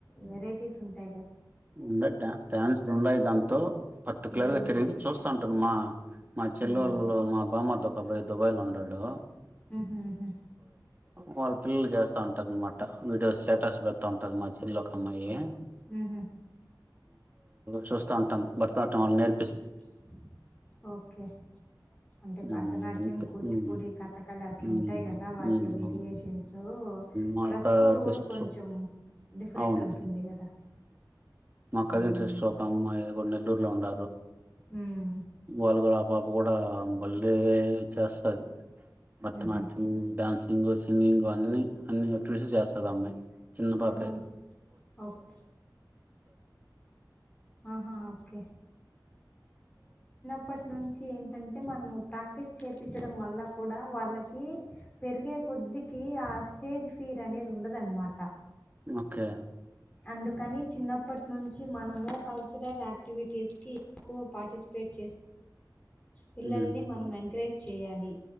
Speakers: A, on the left (about 20°); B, on the right (about 25°).
A: వెరైటీస్ ఉంటా
B: ఉండ డా్యాన్సలు ఉండయి దాంతో పర్టికులర్
A: ఉమ్
B: గా తిరిగిదు చూస్తాంటనుమా మా చెల్లెళ్ళ
A: ఉమ్
B: మా బామార్ దొ దుబా్లో ఉ నలడు
A: ఆమ్
B: వాళ్ళ పిల్లలు చేస్తంటారన్నమాట అనమాట వీడియోస్షాట్ ఉంటాంటారు మధ్యలో కమైయే
A: హహ
B: చూస్తాంటాం భర్తనాట్యంల నేర్
A: <inaudible> ఓకే అంటే
B: ఉమ్
A: భరతనాట్యం
B: అంతే
A: కూచిపూడి
B: ఉమ్
A: కథకళి అట్లా
B: ఉమ్
A: ఉంటాయి కదా వాటిలో వేరియేషన్స్
B: ఉమ్ మా
A: డ్రెస్
B: యొక్క
A: కోడ్
B: సిస్టర్
A: కూడా కొంచెం డిఫరెంట్
B: అవును
A: ఉంటుంది కదా
B: మా కజిన్
A: ఉమ్
B: సిస్టర్ ఒక అమ్మాయి ఒకరు నెల్లూరు లో ఉండ
A: ఉమ్
B: వాళ్ళు కూడా ఆ పాప కూడా బల్లే చేస్తుంది భరతనాట్యం
A: ఉహు
B: డ్యాన్సింగ్ సింగింగ్ అన్ని అన్ని ఎక్స్ప్రెషన్స్ అమ్మాయి చిన్న
A: ఆహా
B: పాపే
A: ఓకే ఆహా ఓకే అప్పటి నుంచి ఏంటంటే మనము ప్రాక్టీస్ చేయించడం వల్ల కూడా వాళ్ళకి పెరిగే కొద్దికి ఆ స్టేజ్ ఫియర్ అనేది ఉండదన్నమాట
B: ఓకే
A: అందుకని చిన్నప్పటి నుంచి మనము కల్చరల్ యాక్టివిటీస్కి ఎక్కువ పార్టిసిపేట్ పిల్లల్ని
B: ఉమ్,
A: మనం ఎంకరేజ్ చేయాలి